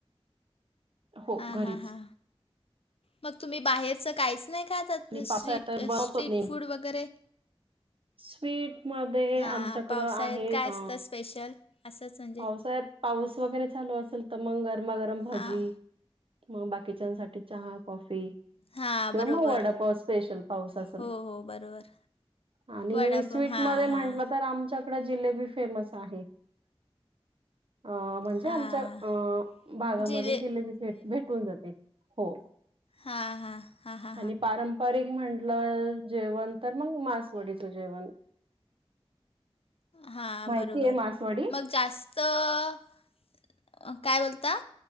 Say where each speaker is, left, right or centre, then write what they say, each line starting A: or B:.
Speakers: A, on the right (about 60°); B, on the left (about 70°).
A: हो
B: हा
A: घरीच
B: हा हा मग तुम्ही, बाहेरच काहीच नाही? खातात
A: आणि पावसाळ्यात
B: स्ट्रीट-स्ट्रीट
A: तर बनवतो नाही
B: फूड वगैरे?
A: स्वीट मध्ये
B: हां,
A: आमच्याकडं
B: पावसाळ्यात
A: आहे
B: काय
A: अ
B: असतं स्पेशल असंच? म्हणजे
A: पावसाळ्या पाऊस वगैरे चालू असेल, तर मग गरमागरम भजी
B: हां.
A: मग बाकीच्यांसाठी चहा कॉफी.
B: हां,
A: किंवा
B: बरोबर.
A: मग वडापाव स्पेशल पाऊस असेल
B: हो,
A: तर.
B: हो, बरोबर.
A: आणि
B: वडापाव
A: स्वीट
B: हां,
A: मध्ये म्हटलं,
B: हां,
A: तर आमच्याकडे जिलेबी फेमस आहे. अ म्हणजे
B: हां.
A: आमच्या अ भागामध्ये
B: जिले
A: जिलेबीे भेटून जाते, हो.
B: हा हा हा हा.
A: आणि पारंपरिक म्हटलं जेवण तर मग मासवडीचं जेवण.
B: हा,
A: माहितीय
B: बरोबर
A: मासवडी
B: मग जास्त काय बोलता?